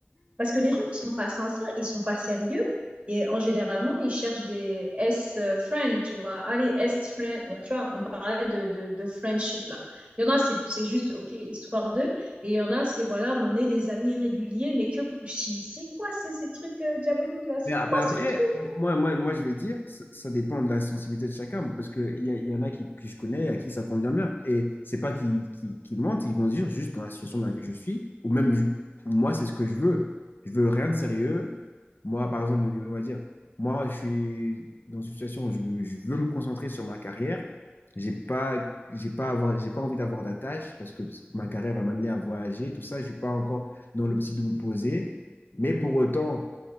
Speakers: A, on the right; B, on the left.
A: Parce que les gens, ils sont pas sincères, ils sont pas sérieux. Et en généralement, ils cherchent des S-friends, tu vois. Allez, S-friends. Ouais, tu vois, on parlait de, de, de friendship, là. Il y en a, c'est c'est juste, OK, histoire d'eux. Et il y en a, c'est, voilà, on est des amis réguliers, mais que... Je dis, mais c'est quoi ces, ces trucs euh, diaboliques, là? C'est
B: Mais Ah,
A: quoi
B: mais après,
A: ce truc?
B: moi, moi, moi, je vais dire, ça, ça dépend de la sensibilité de chacun, parce qu'il y, a- il y en a qui, que je connais à qui ça convient bien. Et c'est pas qu'ils qu'ils- qu'ils mentent, ils vont dire juste dans la situation dans laquelle je suis, ou même ju- moi, c'est ce que je veux. Je veux rien de sérieux. Moi, par exemple, on va dire, moi, je suis dans une situation où je, veux je veux me concentrer sur ma carrière. J'ai pas, j'ai pas à avoir, j'ai pas envie d'avoir d'attache parce que ma carrière va m'amener à voyager, tout ça. Je suis pas encore dans l'optique de me poser. Mais pour autant,